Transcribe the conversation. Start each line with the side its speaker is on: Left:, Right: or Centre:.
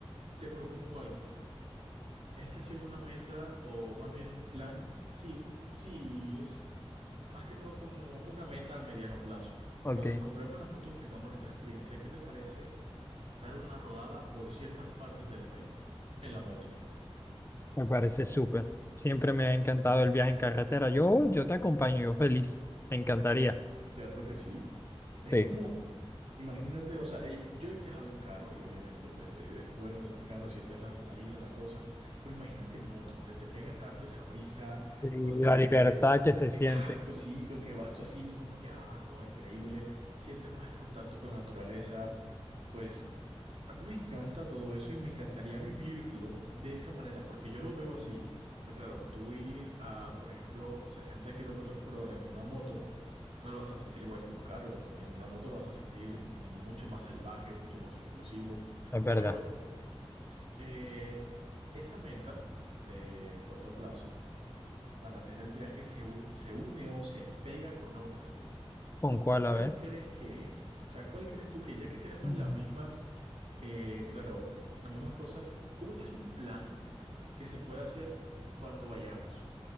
Right: te propongo algo. Esta sí es una meta o más bien un plan. Sí, un, sí, es más que todo como una meta a mediano plazo.
Left: Ok.
Right: Cuando nos compremos las motos y tengamos nuestra experiencia, ¿qué te parece dar una rodada por ciertas partes del país en la moto?
Left: me parece súper. Siempre me ha encantado el viaje en carretera. Yo, yo te acompaño, yo feliz. Me encantaría.
Right: Cierto que sí. Es
Left: Sí.
Right: como, imagínate, o sea, eh, yo he viajado en carro y obviamente pues es, es bueno, es bacano, sientes la adrenalina, la cosa, pero imagínate en moto donde te pega tanto esa brisa,
Left: Y
Right: donde
Left: la
Right: te...
Left: libertad que se
Right: Exacto,
Left: siente.
Right: sí, que, que vas tú así, tú como que, ah, no, increíble, sientes más el contacto con la naturaleza, pues... A mí me encanta todo eso y me encantaría vivirlo de esa manera, porque yo lo veo así. Porque claro, tú ir a, por ejemplo, 60 kilómetros por hora en una moto, no lo vas a sentir igual que un carro. En, en una moto lo vas a sentir mucho más salvaje, mucho más explosivo.
Left: Es verdad.
Right: Pero eh, esa meta de corto plazo para hacer el viaje se, u- se une o se pega con otra.
Left: ¿Con cuál?
Right: ¿Cuál
Left: A ver.
Right: crees que es? O sea, ¿cuál crees tú que ya que tenemos
Left: Mm.
Right: las mismas eh, claro, las mismas cosas. u- es un plan que se puede hacer cuando vayamos,